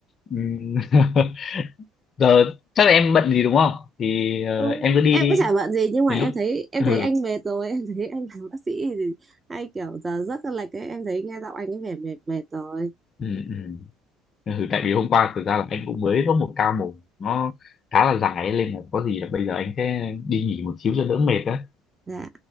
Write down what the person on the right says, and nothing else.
Không,
em
có chả bận gì nhưng mà
em
thấy em
thấy anh mệt rồi, em thấy anh làm bác sĩ thì hay kiểu giờ giấc là lệch ấy, em thấy nghe giọng anh ấy vẻ mệt mệt rồi.
Dạ.